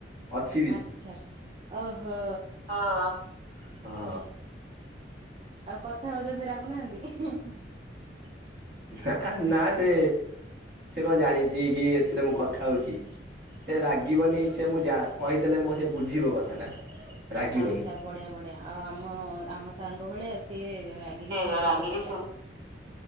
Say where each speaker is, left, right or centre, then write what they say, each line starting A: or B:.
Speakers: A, on the right; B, on the right.
A: ଅଛି
B: ଆଚ୍ଛା ଆଛା ଓହୋ।
A: ହଁ ହଁ।
B: ଆଉ କଥା ହଉଛ ସେ ରାଗୁନାହାନ୍ତି? ହିଁ ହିଁ
A: <inaudible> ନା ନା ସେ ସେ କଣ ଜାଣିଛି କି ଏଥିରେ ମୁଁ କଥା ହଉଛି? ସେ ରାଗିବନି ସେ ମୁଁ ଯା କହିଥିଲେ ମୋ ସେ ବୁଝିବ କଥାଟା। ରାଗିବନି
B: ଆଚ୍ଛା ବଢ଼ିଆ ବଢ଼ିଆ ଆଉ ଆମ ଆମ ସାଙ୍ଗ ଭଳିଆ ସିଏ ରାଗିକି
A: ସେଇ
B: ଛିନଛତର
A: ରାଗି କିଛି
B: ପୁରା।